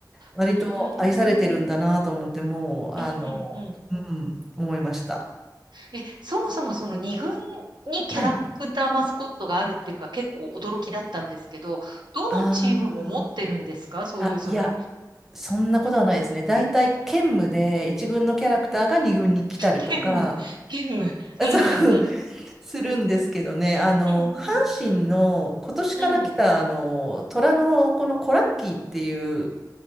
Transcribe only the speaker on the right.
うんうんうん
うんうんうん
え、そもそもその二軍にキャラクターマスコットがあるっていうのが結構驚きだったんですけど、
どのチームも持ってるんですかそういうその、
うん、
兼務、兼務。
うんうんうん。
うん
うんうん。